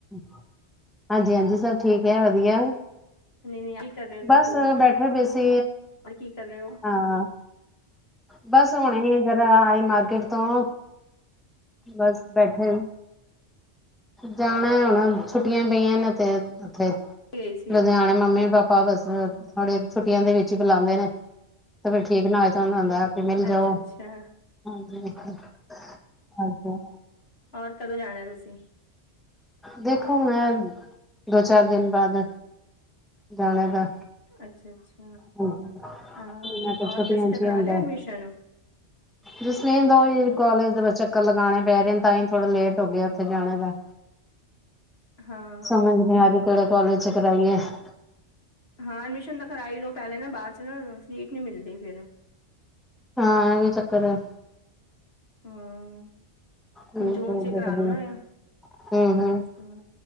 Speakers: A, in the centre; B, on the left (about 60°).
A: ਹਾਂਜੀ- ਹਾਂਜੀ ਸਭ ਠੀਕ ਹੈ, ਵਧੀਆ
B: ਨਹੀਂ ਨਹੀਂ ਕੀ ਕਰ ਰਹੇ ਹੋ
A: ਬਸ
B: ਤੁਸੀਂ
A: ਬੈਠੇ ਪਏ ਸੀ
B: ਔਰ ਕੀ ਕਰ ਰਹੇ ਹੋ
A: ਹਾਂ, ਬਸ ਹੁਣੇ ਜਰਾ
B: ਅੱਛਾ ਅੱਛਾ
A: ਆਏ ਮਾਰਕੀਟ ਤੋਂ ਬਸ ਬੈਠੇ, ਜਾਣਾ ਹੁਣ ਛੁੱਟੀਆਂ ਪਈਆਂ ਨੇ 'ਤੇ ਕਿੱਥੇ
B: ਗਈ ਸੀ
A: ਲੁਧਿਆਣੇ ਮੰਮੀ - ਪਾਪਾ ਬਸ ਥੋੜੇ ਛੁੱਟੀਆਂ ਦੇ ਵਿੱਚ ਹੀ ਬੁਲਾਉਂਦੇ ਨੇ ਤੇ ਫੇਰ ਠੀਕ ਨਾ ਹੋਏ ਉਹਨਾਂ ਨੂੰ ਆ ਕੇ ਮਿਲ ਜਾਓ
B: ਅੱਛਾ ਅੱਛਾ
A: ਹਾਂਜੀ- ਹਾਂਜੀ
B: ਔਰ ਕਦੋਂ ਜਾਣਾ ਤੁਸੀਂ
A: ਦੇਖੋ, ਹੁਣ ਦੋ ਚਾਰ ਦਿਨ ਬਾਅਦ ਜਾਣੇ ਦਾ
B: ਅੱਛਾ! ਅੱਛਾ
A: ਛੁੱਟੀਆਂ
B: ਹਾਂ ਔਰ ਦਸੀ
A: ਵਿੱਚ
B: ਦਾ ਕਰਾ
A: ਹੀ ਆਉਂਦਾ
B: ਲਿਆ ਐਡਮਿਸ਼ਨ
A: ਜਸਲੀਨ ਦਾ ਉਹੀ ਬਸ ਕਾਲਜ ਵਿੱਚ ਕਾਲਜ ਦੇ ਵਿੱਚ, ਚੱਕਰ ਲਗਾਣੇ ਪੈ ਰਹੇ ਨੇ ਤਾਂ ਹੀ ਥੋੜਾ ਲੇਟ ਹੋ ਗਿਆ, ਉੱਥੇ ਜਾਣੇ ਦਾ
B: ਹਾਂ ਹਾਂ
A: ਸਮਝ ਨਹੀਂ ਆ ਰਹੀ ਕਿਹੜੇ ਕਾਲਜ ਚ ਕਰਾਈਏ ਹ
B: ਹਾਂ ਐਡਮਿਸ਼ਨ ਤਾਂ ਕਰਾਲੀ ਲੈ ਹੀ ਲੋ ਪਹਿਲੇ ਨਾ ਬਾਅਦ ਚ ਨਾ ਸੀਟ ਨੀ ਮਿਲਦੀ ਫਿਰ
A: ਹਾਂ ਇਹ ਵੀ ਚੱਕਰ ਹੈ
B: ਹਮ
A: ਦੇਖਦੇ
B: ਹੁਣ ਜੂਨ ਚੇ ਕਰਾ ਲੂਣਾ ਆ
A: ਹੂੰ ਹੂੰ
B: ਅੱਛਾ